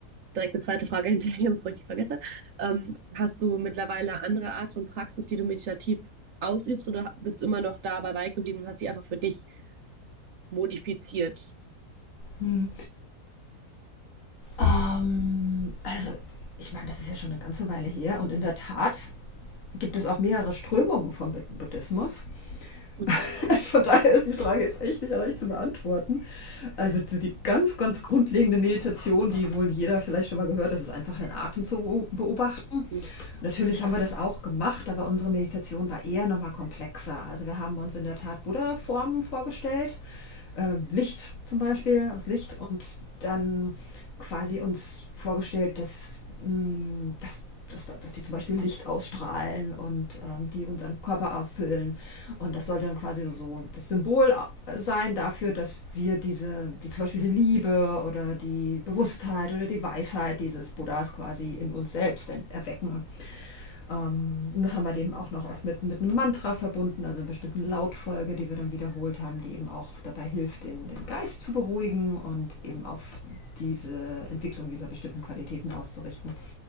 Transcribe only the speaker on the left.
Hm. Ähm, also, ich meine, das ist ja schon eine ganze Weile her und in der Tat gibt es auch mehrere Strömungen vom Buddhismus.
<laughs> Von daher ist die Frage jetzt echt nicht leicht zu beantworten. Also so die ganz, ganz grundlegende Meditation, die wohl jeder vielleicht schon mal gehört, das ist einfach den Atem zu beobachten.
Natürlich haben wir das auch gemacht, aber unsere Meditation war eher nochmal komplexer. Also wir haben uns in der Tat Buddha-Formen vorgestellt äh, Licht zum Beispiel, aus Licht und dann quasi uns vorgestellt, dass, mh, dass, dass, dass die zum Beispiel Licht ausstrahlen und ähm, die unseren Körper erfüllen. Und das sollte dann quasi so so das Symbol äh, sein dafür, dass wir diese, die zum Beispiel die Liebe oder die Bewusstheit oder die Weisheit dieses Buddhas quasi in uns selbst erwecken. Ähm, und das haben wir eben auch noch oft mit, mit einem Mantra verbunden, also einer bestimmten Lautfolge, die wir dann wiederholt haben, die eben auch dabei hilft, den, den Geist zu beruhigen und eben auf diese Entwicklung dieser bestimmten Qualitäten auszurichten.